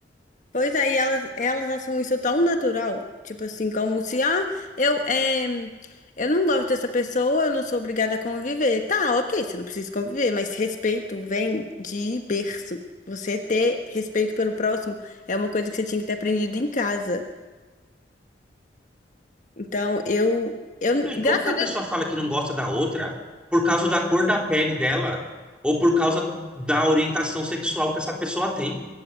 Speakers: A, on the left; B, in the centre.
A: Pois aí elas, elas acham isso tão natural, tipo assim, como se, ah, eu, é, eu não gosto dessa pessoa, eu não sou obrigada a conviver. Tá, ok, você não precisa conviver, mas respeito vem de berço. Você ter respeito pelo próximo é uma coisa que você tinha que ter aprendido em casa. Então, eu, eu,
B: E
A: graças
B: como que
A: a
B: a
A: Deus,
B: pessoa fala que não gosta da outra por causa da cor da pele dela ou por causa da orientação sexual que essa pessoa tem?